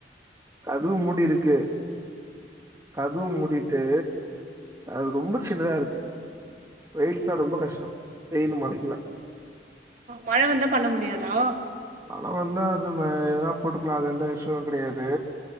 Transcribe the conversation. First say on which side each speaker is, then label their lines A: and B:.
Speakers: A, on the right; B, on the right.
A: கதுவு மூடிருக்கு கதுவு மூடிட்டு அது ரொம்ப சின்னதா இருக்கு வெயிலுக்ளா ரொம்ப கஷ்ட வெயிலு மழைக்கலா
B: மழ வந்தா பண்ண முடியாதா
A: மழ வந்தா அது மே எதனா போட்டுக்கலா அது எந்த இஷ்யூவு கெடையாது